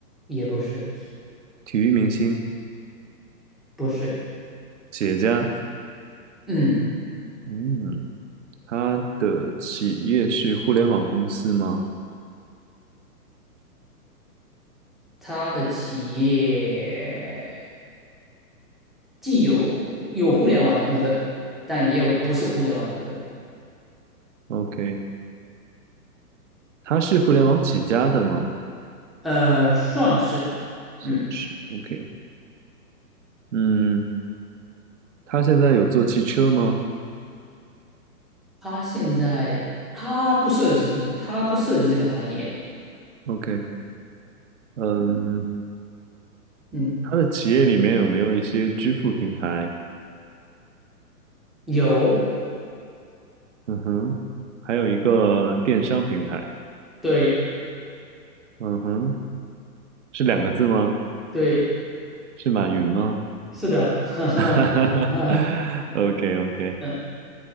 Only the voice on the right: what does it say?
体育明星、
企业家？
嗯，他的企业是互联网公司吗
？OK，他是互联网起家的吗？
算是
OK。嗯，他现在有做汽车吗
？OK，嗯，
他的企业里面有没有一些支付平台？
嗯哼，还有一个电商平台。
嗯哼，是两个字吗？
是马云吗
<laughs>
？OK OK，